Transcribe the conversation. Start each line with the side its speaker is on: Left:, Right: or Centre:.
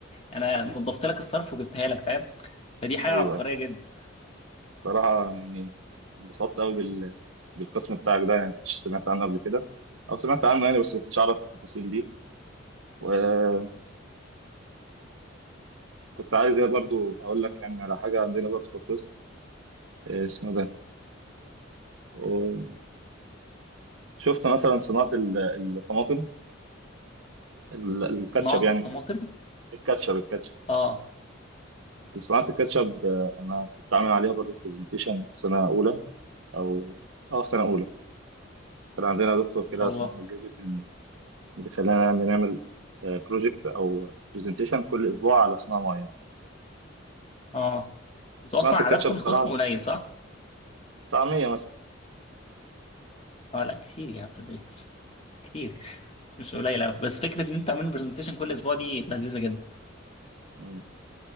Left: انا نظفت لك الصرف وجبتها لك فاهم فدي حاجه
Right: ايوه
Left: عبقريه جدا
Right: صراحة يعني انبسطت قوي بال... بالقسم بتاعك ده يعني مش سمعت عنه قبل كده أو سمعت عنه يعني بس ما كنتش أعرف التفاصيل دي ويعني كنت عايز يعني برضو أقول لك يعني على حاجة عندنا برضو في القسم آه، اسمه ده و- شفت مثلا صناعة ال- الطماطم ال- الكاتشب
Left: صناعة
Right: يعني
Left: الطماطم
Right: في الكاتشب الكاتشب
Left: اه
Right: صناعة الكاتشب آه، أنا كنت عامل عليها برضو برزنتيشن في سنة أولى أو أه في سنة أولى كان عندنا دكتور
Left: ما
Right: كده
Left: شاء
Right: اسمه
Left: الله
Right: أحمد جابر بيخلينا نعمل بروجكت او برزنتيشن كل اسبوع على صناعه معينه
Left: اه انتوا
Right: صناعه
Left: اصلا
Right: الكاتشب
Left: عددكم
Right: بصراحه
Left: في القسم قليل صح؟
Right: طعميه مثلا
Left: اه لا كتير يا عبد الباقي كتير مش قليل أوي. بس فكرة ان انت تعمل برزنتيشن كل اسبوع دي لذيذة جدا
Right: مم.